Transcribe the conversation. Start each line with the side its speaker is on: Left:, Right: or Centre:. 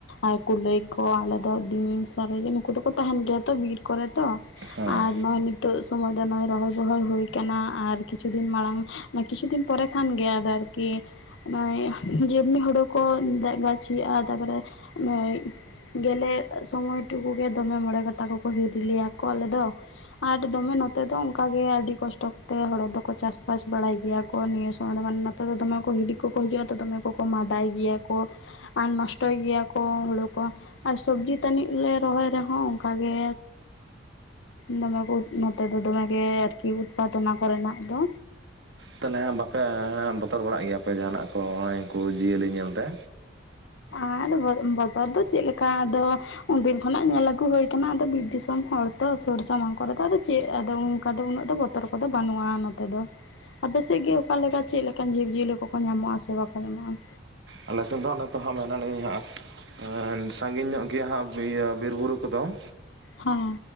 Left: ᱟᱨ ᱠᱩᱞᱟᱹᱭ ᱠᱚ ᱟᱞᱮ ᱫᱚ ᱫᱤᱱ ᱥᱟᱨᱜᱮ ᱱᱩᱠᱩ ᱫᱚᱠᱚ ᱛᱟᱦᱮᱸᱱ ᱜᱮᱭᱟ ᱛᱚ ᱵᱤᱨ ᱠᱚᱨᱮ ᱛᱚ᱾
Right: ᱦᱮᱸ᱾
Left: ᱟᱨ ᱱᱚᱜᱚᱭ ᱱᱤᱛᱚᱜ ᱥᱚᱢᱚᱭ ᱫᱚ ᱱᱚᱜᱚᱭ ᱨᱚᱦᱚᱭ ᱵᱚᱦᱚᱭ ᱦᱩᱭ ᱠᱟᱱᱟ ᱟᱨ ᱠᱤᱪᱷᱩ ᱫᱤᱱ ᱢᱟᱲᱟᱝ ᱠᱤᱪᱷᱩ ᱫᱤᱱ ᱯᱚᱨᱮ ᱠᱷᱟᱱ ᱜᱮ ᱟᱫᱚ ᱟᱨᱠᱤ ᱨᱚᱦᱚᱭ ᱦᱩᱭᱩᱜᱟ ᱡᱮᱢᱱᱤ ᱦᱩᱲᱩ ᱠᱚ ᱜᱟ ᱜᱟᱪᱷᱤ ᱭᱟ ᱛᱟᱨᱯᱚᱨᱮ ᱱᱚᱭ ᱜᱮᱞᱮ ᱥᱚᱢᱚᱭ ᱴᱩᱠᱩ ᱜᱮ ᱫᱚᱢᱮ ᱢᱚᱬᱮ ᱠᱚᱠᱚ ᱦᱤᱨᱤ ᱞᱮᱭᱟ ᱠᱚ ᱟᱞᱮ ᱫᱚ᱾ ᱟᱴ ᱫᱚᱢᱮ ᱱᱚᱛᱮ ᱫᱚ ᱚᱱᱠᱟ ᱜᱮ ᱟᱹᱰᱤ ᱠᱚᱥᱴᱚ ᱠᱟᱛᱮ ᱦᱚᱲ ᱫᱚᱠᱚ ᱪᱟᱥ ᱵᱟᱥ ᱵᱟᱲᱟᱭ ᱜᱮᱭᱟ ᱠᱚ ᱱᱤᱭᱟᱹ ᱥᱚᱢᱚᱭ ᱫᱚ ᱢᱟᱱ ᱱᱚᱛ ᱛᱮᱫᱚ ᱫᱚᱢᱮ ᱠᱚ ᱦᱤᱲᱤ ᱠᱚᱠᱚ ᱦᱤᱡᱩᱜᱼᱟ ᱛᱚ ᱫᱚᱢᱮ ᱠᱚ ᱢᱟᱰᱟᱭ ᱜᱮᱭᱟ ᱠᱚ ᱟᱨ ᱱᱚᱥᱴᱚᱭ ᱜᱮᱭᱟ ᱠᱚ ᱦᱩᱲᱩ ᱠᱚ᱾ ᱟᱨ ᱥᱚᱵᱽᱡᱤ ᱛᱟᱹᱱᱤᱡ ᱞᱮ ᱨᱚᱦᱚᱭ ᱨᱮᱦᱚᱸ ᱚᱱᱠᱟᱜᱮ ᱫᱚᱢᱮ ᱠᱚ ᱱᱚᱛᱮ ᱫᱚ ᱫᱚᱢᱮ ᱜᱮ ᱟᱨᱠᱤ ᱩᱛᱯᱟᱫᱱᱟ ᱠᱚᱨᱮᱱᱟᱜ ᱫᱚ᱾
Right: ᱛᱟᱦᱚᱞᱮ ᱦᱟᱸᱜ ᱵᱟᱯᱮ ᱵᱚᱛᱚᱨ ᱵᱟᱲᱟᱜ ᱜᱮᱭᱟᱯᱮ ᱡᱟᱦᱟᱱᱟᱜ ᱠᱚ ᱱᱚᱜᱼᱚᱭ ᱩᱱᱠᱩ ᱡᱤᱭᱟᱹᱞᱤ ᱧᱮᱞᱛᱮ?
Left: ᱟᱨ ᱵᱚᱫ ᱵᱚᱛᱚᱨ ᱫᱚ ᱪᱮᱫ ᱞᱮᱠᱟ ᱟᱫᱚ ᱩᱱᱫᱤᱱ ᱠᱷᱚᱱᱟᱜ ᱧᱮᱞ ᱟᱹᱜᱩ ᱦᱩᱭ ᱠᱟᱱᱟ ᱟᱫᱚ ᱵᱤᱨ ᱫᱤᱥᱚᱢ ᱦᱚᱲ ᱛᱚ ᱥᱩᱨ ᱥᱟᱢᱟᱝ ᱠᱚᱨᱮ ᱫᱚ ᱟᱫᱚ ᱪᱮᱫ ᱟᱫᱚ ᱚᱱᱠᱟ ᱫᱚ ᱩᱱᱟᱹᱜ ᱫᱚ ᱵᱚᱛ ᱛᱚᱨ ᱠᱚᱫᱚ ᱵᱟᱹᱱᱩᱜᱼᱟ ᱱᱚᱛᱮ ᱫᱚ᱾ ᱟᱯᱮᱥᱮᱫ ᱜᱮ ᱚᱠᱟ ᱞᱮᱠᱟ ᱪᱮᱫ ᱞᱮᱠᱟᱱ ᱡᱤᱵᱽᱼᱡᱤᱭᱟᱹᱞᱤ ᱠᱚᱠᱚ ᱧᱟᱢᱚᱜᱼᱟ ᱥᱮ ᱵᱟᱠᱚ ᱧᱟᱢᱚᱜᱼᱟ?
Right: ᱟᱞᱮ ᱥᱮᱱ ᱫᱚ ᱢᱮᱱᱟᱜ ᱞᱤᱜᱤᱫ ᱦᱟᱸᱜ ᱥᱟᱺᱜᱤᱧ ᱧᱚᱜ ᱜᱮᱭᱟ ᱦᱟᱸᱜ ᱤᱭᱟᱹ ᱵᱤᱨ ᱵᱩᱨᱩ ᱠᱩᱫᱚ
Left: ᱦᱮᱸ